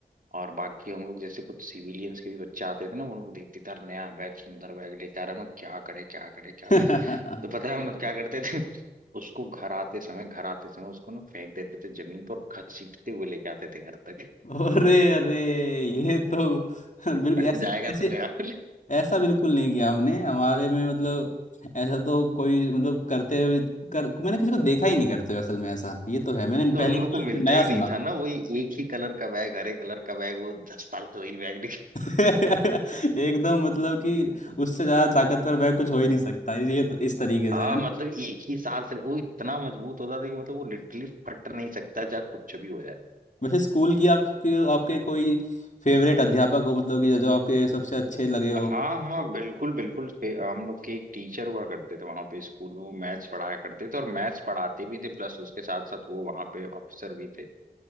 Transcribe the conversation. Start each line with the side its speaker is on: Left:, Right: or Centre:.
Right: और बाकी हम लोग जैसे कुछ सिविलियंस के भी बच्चे आते थे ना वो लोग देखते थे यार नया बैग सुंदर बैग लेके आ रहा है मैं क्या करे क्या करे क्या
Left: <laughs>
Right: करे तो पता है हम लोग क्या करते थे <laughs> उसको घर आते समय घर आते समय उसको ना फेंक देते थे जमीन पर और घसीटते हुए लेके आते थे घर तक <laughs>
Left: अरे अरे ये तो बिल्कुल
Right: कि फट
Left: ऐसी
Right: जाएगा
Left: ऐसे
Right: तो नया <laughs> मिले
Left: ऐसा बिल्कुल नहीं किया हमने हमारे में मतलब ऐसा तो कोई मतलब करते हुए कर मैंने किसी को देखा ही नहीं करते हुए असल में ऐसा ये तो है मैंने
Right: तो
Left: पहली
Right: हम लोग
Left: बार
Right: को मिलता
Left: नया
Right: ही नहीं
Left: सुना
Right: था ना वही एक ही कलर का बैग हरे कलर का बैग वो दस साल तो वही बैग
Left: <laughs> एकदम मतलब कि उससे ज़्यादा ताकतवर वह कुछ हो ही नहीं सकता ये तो इस तरीके
Right: हाँ
Left: से है
Right: मतलब एक ही सांस ले- वो इतना मजबूत होता था कि मतलब वो लिटरली फट नहीं सकता चाहे कुछ भी हो जाए
Left: वैसे स्कूल की आपके आपके कोई फेवरेट अध्यापक हो मतलब कि जो आपके सबसे अच्छे लगे हो
Right: हाँ हाँ बिल्कुल बिल्कुल फे- हम लोग के एक टीचर हुआ करते थे वहां पे स्कूल में वो मैथ्स पढ़ाया करते थे और मैथ्स पढ़ाते भी थे प्लस उसके साथ साथ वो वहां पे अफसर भी थे